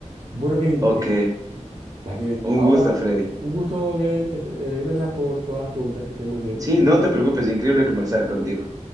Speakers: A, on the right (about 45°); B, on the right (about 30°).
A: Bueno, Kevin,
B: ok,
A: eh, ya, Kevin.
B: un
A: Ahora,
B: gusto, Freddy.
A: un gusto, Kevin. Que esté- eh, gracias por todas las preguntas. Que estés muy bien.
B: Sí, no te preocupes, increíble conversar contigo.